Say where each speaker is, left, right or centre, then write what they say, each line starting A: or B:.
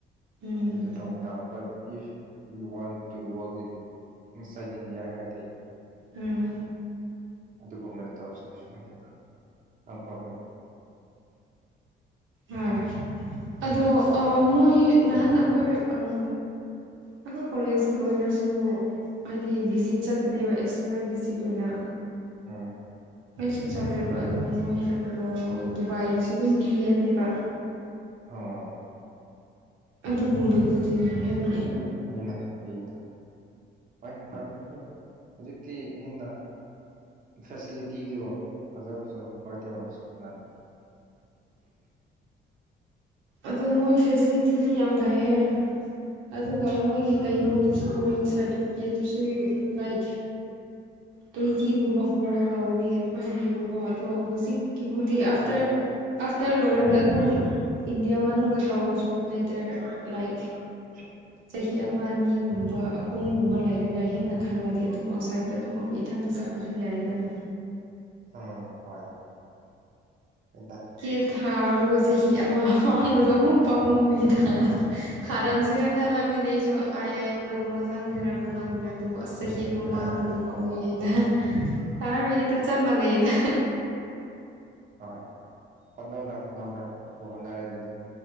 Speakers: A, on the right (about 80°); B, on the right (about 40°).
A: ꯎꯝ
B: ꯑꯗꯨꯗ ꯇꯧꯕ ꯇꯥꯕ but if you want to work in inside India ꯍꯥꯏꯔꯗꯤ
A: ꯎꯝ
B: ꯑꯗꯨ ꯒꯨꯝꯕꯅꯦ ꯇꯩꯔꯁꯨ ꯀꯩꯁꯨꯀꯥꯏꯗꯦꯗ ꯅꯣ ꯄꯣꯕ꯭ꯂꯦꯝ
A: ꯍꯥ ꯑꯗꯣ ꯑꯥ ꯃꯣꯏ ꯅꯍꯥꯟ ꯑꯩꯈꯣꯏ ꯑꯥ ꯑꯩꯈꯣꯏ ꯀꯣꯂꯦꯖꯀꯤ ꯑꯣꯏꯅꯁꯨ ꯍꯥꯏꯗꯤ ꯚꯤꯖꯤꯠ ꯆꯠꯄꯅꯦꯕ ꯑꯦꯛꯁꯇ꯭ꯔꯅꯦꯜ ꯚꯤꯖꯤꯠ ꯑꯣꯏꯅ
B: ꯎꯝ
A: ꯑꯩꯁꯨ ꯆꯥꯠꯂꯦꯕ ꯑꯗꯣ ꯃꯣꯏ ꯍꯥꯏꯕꯗꯣ ꯗꯨꯕꯥꯏꯒꯤꯁꯦ ꯑꯗꯨꯝ ꯄꯤ ꯍꯥꯏꯕꯅꯦꯕ
B: ꯑꯥ
A: ꯑꯗꯨꯒꯨꯝꯕꯗꯨꯗꯤ ꯍꯥꯏꯗꯤ
B: ꯑꯗꯨꯗꯤ ꯐꯩꯅꯦ ꯐꯩꯅꯦ ꯍꯣꯏ ꯐꯔꯝꯕꯁꯨ ꯌꯥꯏ ꯍꯧꯖꯤꯛꯇꯤ ꯍꯦꯟꯅ ꯐꯦꯁꯤꯂꯤꯇꯤꯗꯣ ꯐꯖ ꯐꯖꯕ ꯀꯃꯥꯏꯅ ꯇꯧꯔꯝꯕꯁꯨ ꯀꯅꯥꯅ
A: ꯑꯗꯨ ꯃꯣꯏ ꯐꯦꯁꯤꯂꯤꯇꯤꯗꯤ ꯌꯥꯝ ꯐꯩꯌꯦ ꯑꯗꯨꯒ ꯃꯣꯏꯒꯤ ꯀꯩꯅꯣꯗꯨꯁꯨ ꯁꯥꯔꯇꯤꯐꯤꯀꯦꯠꯇꯨꯁꯨ ꯂꯥꯏꯛ ꯇ꯭ꯨꯋꯦꯟꯇꯤꯒꯨꯝꯕ ꯂꯧꯅꯤ ꯑꯗꯨꯃꯥꯏꯅ ꯍꯥꯏꯌꯦꯕꯀꯣ ꯑꯗꯣ ꯍꯧꯖꯤꯛ ꯀꯤꯕꯨꯗꯤ ꯑꯥꯐꯇꯔ
B: ꯎꯝ
A: ꯑꯥꯐꯇꯔ ꯂꯣꯏꯔꯒ ꯑꯗꯨꯝ ꯏꯟꯗꯤꯌꯥ ꯃꯅꯨꯡꯗ ꯇꯧꯔꯁꯨ ꯂꯦꯇꯔ ꯂꯥꯏꯛ
B: <inaudible>
A: ꯆꯍꯤ ꯑꯃ ꯑꯅꯤꯒꯨꯝꯕ ꯑꯍꯨꯝꯒꯨꯝꯕ ꯂꯩꯔꯒ ꯍꯦꯟꯅ ꯈꯪꯅꯗꯤ ꯑꯗꯨꯝ ꯑꯥꯎꯠꯁꯥꯏꯠꯇ ꯑꯗꯨꯝ ꯑꯩꯈꯣꯏ ꯏꯊꯟꯗ ꯆꯠꯄ ꯄꯨꯁꯤꯟ ꯌꯥꯏꯗꯅ
B: ꯎꯝ ꯍꯣꯏ ꯍꯣꯏꯗ
A: ꯀꯦ ꯊꯥꯕꯗꯣ ꯆꯍꯤ ꯑꯃ ꯃꯥꯡꯕꯗꯣ ꯑꯃꯨꯛ ꯄꯥꯝꯃꯨꯕꯒꯤꯗ ꯊꯥꯔꯝꯁꯤꯔ ꯈꯜꯂꯕꯅꯦ ꯑꯩ ꯁꯨ ꯑꯥꯏ ꯑꯥꯏ ꯑꯦꯝꯗꯒ ꯒꯨꯝꯕ ꯆꯪꯖꯤꯔ ꯈꯜꯂꯝꯃꯤꯅꯦ ꯑꯗꯨꯕꯨ ꯑꯁ ꯆꯍꯤ ꯑꯃ
B: ꯑꯥ
A: ꯃꯥꯡꯕꯗꯣ ꯄꯥꯝꯃꯨꯏ ꯑꯦꯅꯥ <inaudible> ꯆꯞ ꯃꯥꯅꯩꯅ
B: ꯍꯣꯏ ꯍꯣꯠꯅꯧꯗ ꯍꯣꯠꯅꯧꯗ ꯍꯣꯠꯄꯨ ꯍꯣꯠꯅꯔꯗꯤ ꯑꯗꯨꯝ